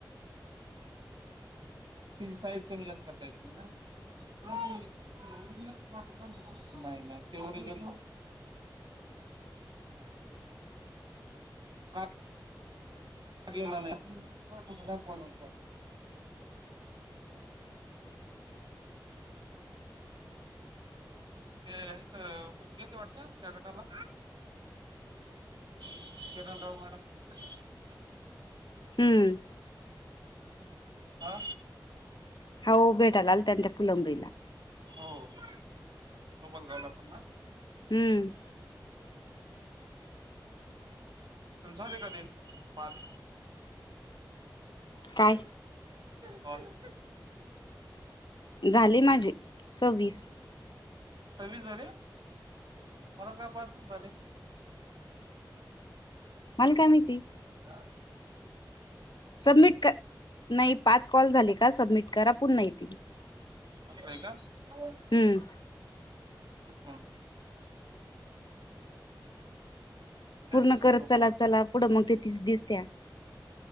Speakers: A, on the right; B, on the left.
A: त्याची साईज कमी जास्त करता येत नाही- नाही तुला ती ओरिजिनल पाठवला, नाही ना <unintelligible> अला नाहीणट <unintelligible> <inaudible> तेच गेलते वाटत नाहीय त्या गटाला किरणराव मॅडम <unintelligible>
B: हम्म
A: आ?
B: हो भेटाला आल्या ना त्या फुलंब्रीला
A: हो सोबत राहायला पण ना?
B: हम
A: तुमचे झाले का ते पाच?
B: काय?
A: काॅल?
B: झाली माझी सहव्वीस
A: सवी झाले मला काय पासच झाले?
B: मल का मीती?
A: हा
B: सबमिट क नाही, पाच कॉल झाले का? सबमिट करा पुन्हा येतील.
A: असं आहे का? हो!
B: हम्म
A: हो म्हणून
B: पूर्ण करत चला चला पुढं मग ति- स दिसत्या